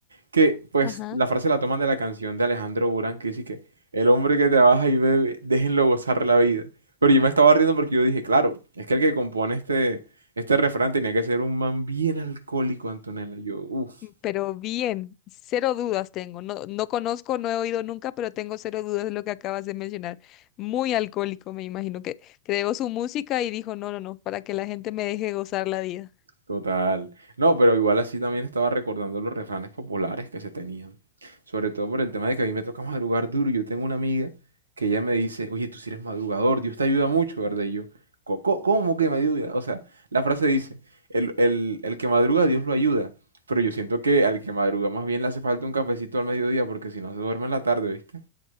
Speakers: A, on the right; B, on the left.
A: que pues
B: ajá.
A: la frase la toman de la canción de Alejandro Burán que dice que el hombre que trabaja y bebe, déjenlo gozar la vida. Pero yo me estaba riendo porque yo dije, claro, es que el que compone este, este refrán tenía que ser un man bien alcohólico, Antonella. Yo, uff,
B: Mm, Pero bien, cero dudas tengo. No, no conozco, no he oído nunca, pero tengo cero dudas de lo que acabas de mencionar. Muy alcohólico, me imagino que creó su música y dijo, no, no, no, para que la gente me deje gozar la vida.
A: Total. No, pero igual así también estaba recordando los refranes populares que se tenían. Sobre todo por el tema de que a mí me toca madrugar duro. Yo tengo una amiga que ella me dice, oye, tú sí eres madrugador, Dios te ayuda mucho, ¿verdad? Y yo, "Co- co- ¿cómo que me ayuda? O sea, la frase dice, el, el- el que madruga, Dios lo ayuda. Pero yo siento que al que madruga más bien le hace falta un cafecito al mediodía porque si no se duerme en la tarde, ¿viste?